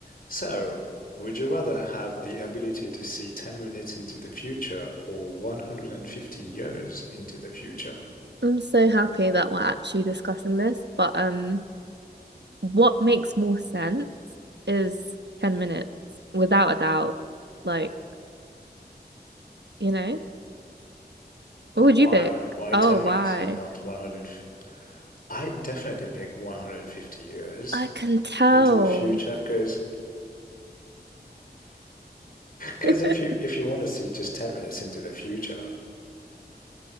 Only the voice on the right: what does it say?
I'm so happy that we're actually discussing this, but um, what makes more sense is 10 minutes without a doubt. Like, you know, what would
you pick?
Oh,
why?
I can tell.
<laughs>